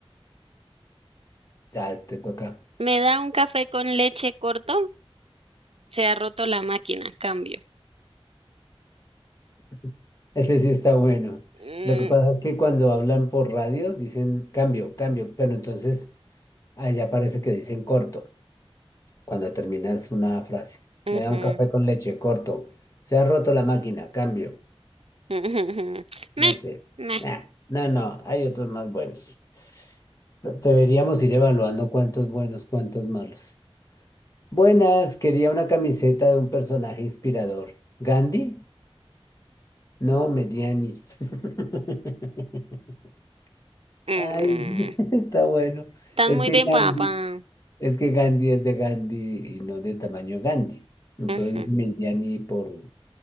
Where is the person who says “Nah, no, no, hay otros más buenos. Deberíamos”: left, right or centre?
Left